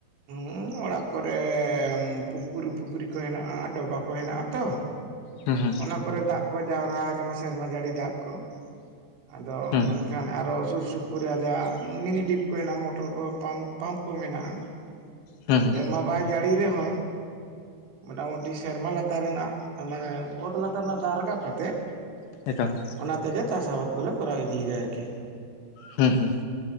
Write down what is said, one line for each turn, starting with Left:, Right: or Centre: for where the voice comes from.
Right: ᱦᱩᱸ ᱚᱲᱟᱜ ᱠᱚᱨᱮ ᱯᱩᱠᱩᱨ ᱯᱩᱠᱷᱨᱤ ᱠᱚ ᱦᱮᱱᱟᱜᱼᱟ ᱰᱚᱵᱟ ᱠᱚ ᱦᱮᱱᱟᱜᱼᱟ ᱛᱚ᱾
Left: ᱦᱩᱸ ᱦᱩᱸ
Right: ᱚᱱᱟ ᱠᱚᱨᱮ ᱫᱟᱜ ᱠᱚ ᱡᱟᱣᱨᱟ ᱟᱠᱟᱱᱟ ᱥᱮᱨᱢᱟ ᱡᱟᱹᱲᱤ ᱫᱟᱜ ᱠᱚ, ᱟᱫᱚ
Left: ᱦᱩᱸ
Right: ᱢᱮᱱ ᱠᱷᱟᱱ ᱟᱨᱚ ᱥᱩᱨ ᱥᱩᱯᱩᱨ ᱨᱮ ᱟᱞᱮᱭᱟᱜ ᱢᱤᱱᱤ ᱰᱤᱯ ᱠᱚ ᱦᱮᱱᱟᱜᱼᱟ ᱢᱚᱴᱚᱨ ᱯᱟᱢ ᱯᱟᱢᱯ ᱠᱚ ᱢᱮᱱᱟᱜᱼᱟ ᱾
Left: ᱦᱩᱸ ᱦᱩᱸ
Right: ᱥᱮᱨᱢᱟ ᱵᱟᱭ ᱡᱟᱹᱲᱤ ᱨᱮᱦᱚᱸᱭ ᱢᱚᱴᱟ ᱢᱩᱩᱴᱤ ᱥᱮᱨᱢᱟ ᱞᱟᱛᱟᱨ ᱨᱮᱱᱟᱜ ᱢᱟᱱᱮ ᱚᱛ ᱞᱟᱛᱟᱨ ᱨᱮᱱᱟᱜ ᱫᱟᱜ ᱨᱟᱠᱟᱵ ᱠᱟᱛᱮᱫ
Left: <unintelligible>
Right: ᱚᱱᱟ ᱛᱮᱜᱮ ᱪᱟᱥ ᱟᱵᱟᱫᱽ ᱠᱚᱞᱮ ᱠᱚᱨᱟᱣ ᱤᱫᱤᱭᱮᱫᱟ ᱟᱨᱠᱤ ᱾
Left: ᱦᱩᱸ ᱦᱩᱸ